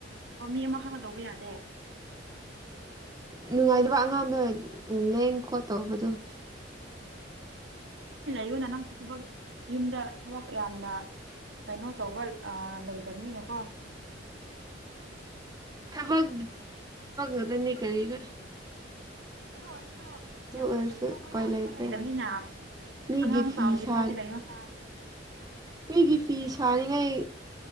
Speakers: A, on the right; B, on the right.
A: ꯑꯣ ꯃꯤ ꯑꯃ ꯍꯛꯅ ꯇꯧꯕꯥ ꯌꯥꯗꯦ
B: ꯅꯨꯡꯉꯥꯏꯇꯕ ꯑꯉꯥꯡꯗꯣ ꯂꯦꯡ ꯈꯣꯠ ꯇꯧꯕꯗꯣ
A: ꯑꯩ ꯂꯩꯌꯨ ꯅ ꯅꯪꯁꯨ ꯊꯕꯛ ꯌꯨꯝꯗ ꯊꯕꯛ ꯌꯥꯝꯅ ꯀꯩꯅꯣ ꯇꯧꯕ ꯂꯩꯇꯕꯅꯤꯅꯀꯣ
B: ꯊꯕꯛ ꯈꯛꯇꯅꯤ
A: ꯊ
B: ꯀꯔꯤꯔ
A: ꯑꯗꯨ ꯑꯣꯏꯔꯁꯨ
B: ꯑꯗꯨ
A: ꯌꯥꯝꯅ
B: ꯑꯣꯏꯔꯁꯨ
A: ꯊꯥꯗꯣꯛꯄ
B: ꯎꯄꯥꯏ
A: ꯌꯥꯗꯕ
B: ꯂꯩꯇ꯭ꯔꯦ
A: ꯂꯩꯗꯕꯅꯤꯅ
B: ꯃꯤꯒꯤ
A: ꯑꯉꯥꯡ
B: ꯐꯤ
A: ꯆꯥꯎꯗ꯭ꯔꯤ
B: ꯁꯥ
A: ꯐꯥꯎꯗꯤ ꯂꯩꯉꯣ ꯁꯥ
B: ꯃꯤꯒꯤ ꯐꯤ ꯁꯥꯅꯤꯡꯉꯥꯏ